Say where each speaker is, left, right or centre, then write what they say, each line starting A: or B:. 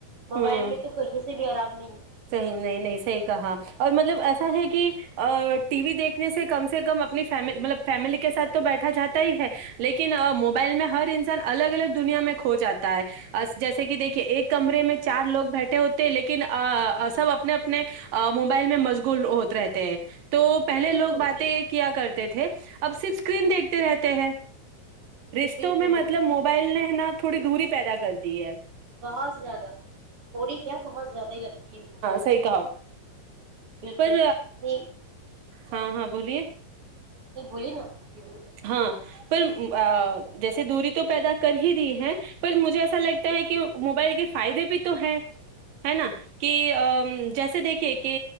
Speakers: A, on the right; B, on the right.
A: موبائل
B: ہوں
A: میں تو کہیں بھی آرام نہیں
B: صحیح نہیں نہیں صحیح کہا اور مطلب ایسا ایا ہے کہ ٹی وی دیکھنے سے کم سے کم اپنی ف مطلب فیملی کے سھ تو بیٹھا جاتا ہی ہے لیکن موبائل میں ہر انسان الگ الگ دنیا میں کھو جاتا ہے جیسے کہ دیکھیے ایک کمرے میں چار لوگ بیٹھے ہوتے ہیں لیکن سب اپنے اپنے موبائل میں مجغول ہوتے رہتے ہیں تو پہلے
A: بالکل
B: لوگ باتیں کیا کرتے تھے اب صرف اسکرین دیکھتے رہتے ہیں رشتوں
A: بالکل
B: میں مطلب موبائل نے نہ تھوڑی دوری پیدا کرتی ہے
A: بہت زیادہ تھوڑی کیا بہت زیادہ ہی لگتی ہے مجھے
B: سح کہ
A: بالکل
B: پر
A: نہیں نہیں
B: ہاں ہاں بولیے
A: بولیے نا جی بولیے
B: ہاں پر جیس دوری تو پیدا کر ہی رہ ہے پر مجھے ایسا لگتا ہے کہ موبائل کے فائدے بھی تو ہے ہے نا کہ جیسے دیکھیے کہ